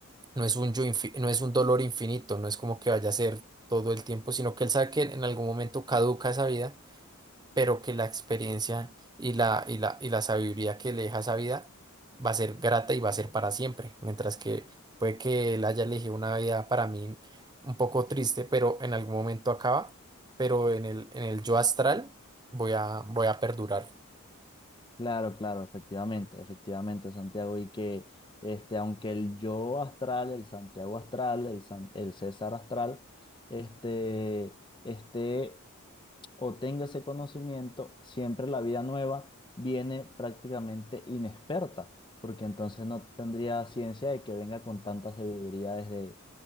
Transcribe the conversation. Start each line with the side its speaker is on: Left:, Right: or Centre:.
Right: No es un yo infi- no es un dolor infinito, no es como que vaya a ser todo el tiempo, sino que él sabe que en algún momento caduca esa vida, pero que la experiencia y la, y la, y la sabiduría que le deja esa vida va a ser grata y va a ser para siempre. Mientras que puede que él haya elegido una vida para mí un poco triste, pero en algún momento acaba, pero en el, en el yo astral voy a, voy a perdurar.
Left: Claro, claro, efectivamente, efectivamente, Santiago, y que este, aunque el yo astral, el Santiago astral, el, San- el César astral, este, esté o tenga ese conocimiento, siempre la vida nueva viene prácticamente inexperta, porque entonces no tendría ciencia de que venga con tanta sabiduría desde,